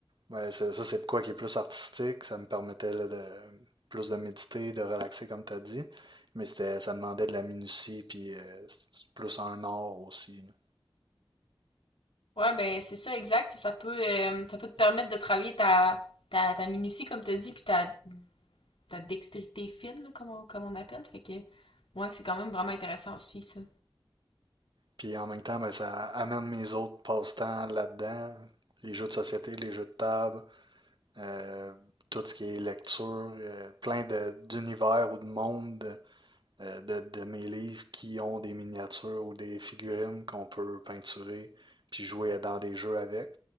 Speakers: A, on the right; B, on the left.
A: Ben, c'est- ça, c'est de quoi qui est plus artistique. Ça me permettait là, de, plus de méditer, de relaxer, comme tu as dit. Mais c'était, ça demandait de la minutie, puis euh, c'est plus un art aussi. là.
B: Ouais, ben c'est ça, exact. Ça peut, euh, ça peut te permettre de travailler ta, ta, ta minutie, comme tu dis, puis ta ta dextérité fine, là, comme, on, comme on appelle. Fait que, ouais, c'est quand même vraiment intéressant aussi, ça.
A: Puis en même temps, ben, ça amène mes autres passe-temps là-dedans. Les jeux de société, les jeux de table, euh, tout ce qui est lecture, euh, plein de- d'univers ou de mondes euh, de, de mes livres qui ont des miniatures ou des figurines qu'on peut peinturer puis jouer dans des jeux avec.